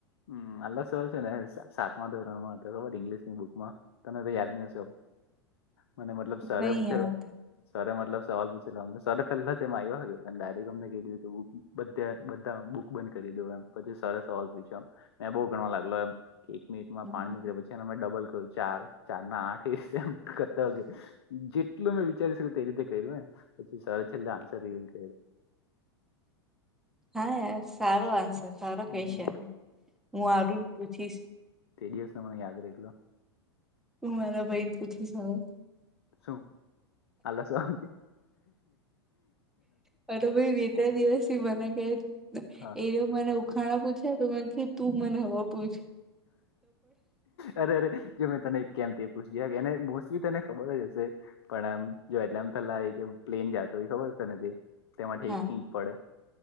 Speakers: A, on the left (about 70°); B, in the centre.
A: હમ આલસ સવાલ છે ને સાતમા ધોરણ માં હતો ખબર ઇંગ્લિશની બુકમાં. તને તો યાદ નહી હશે, મને મતલબ
B: નહી
A: સર પૂછેલા.
B: યાદ
A: સરે મતલ સવાલ પછે લ તો સરે પેલા તે માઈ વાગે લ એ ગમે એ દિવસે બધે બધા બુક બંધ કરી દો એમ પછી સારા સવાલ પૂછ્યા. મે બહુ ગણવા લાગલા એમ. એક મિનિટમાં
B: હમ.
A: પાણી નીકળ્યા પછી એના ડબલ કર્યું ચાર ચાર ના આઠ એ કરતા. જેટલું મેં વિચારી શકી તે રીતે કર્યું પછી સર છેલ્લે આન્સર રિવીલ
B: હા યાર સારો આન્સર સારો
A: હમ
B: ક્વેશ્ચન છે, હું આરુન પૂછીશ.
A: તે દિવસ મને યાદ રહેલો.
B: હું મારા બાઈને પૂછી સવાલ.
A: શું આળસવા.
B: હા તોહ ભાઈ બે ત્રણ દિવસથી મને કહે
A: હા
B: એ મને ઉખાણ પૂછે તો મને તું મને હવે પૂછે.
A: અરે અરે. જો મેં તને કેમ તે પૂછ એને મોસ્ટલી તને ખબર જ હશે. પણ આમ જો એટલે આમ પેલા આવી કે પ્લેન જાતો હો ખબર તો ને. તેમાંથી
B: હા
A: એક ઇંચ પડે,